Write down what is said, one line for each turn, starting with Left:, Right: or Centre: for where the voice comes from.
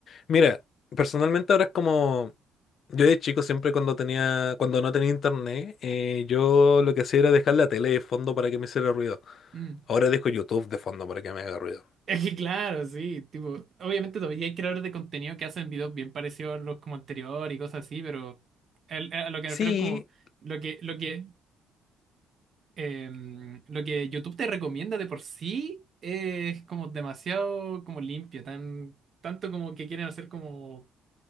Left: mira, personalmente ahora es como yo de chico siempre cuando tenía, cuando no tenía internet, eh, yo lo que hacía era dejar la tele de fondo para que me hiciera ruido.
Right: Mm. <laughs>
Left: Ahora dejo YouTube de fondo para que me haga ruido.
Right: Es que claro, sí, tipo, obviamente todavía hay creadores de contenido que hacen videos bien parecidos a los como anterior y cosas así, pero el- a lo que
Left: Sí,
Right: me refiero es como lo que, lo que em, lo que YouTube te recomienda de por sí es como demasiado como limpio, tan, tanto como que quieren hacer como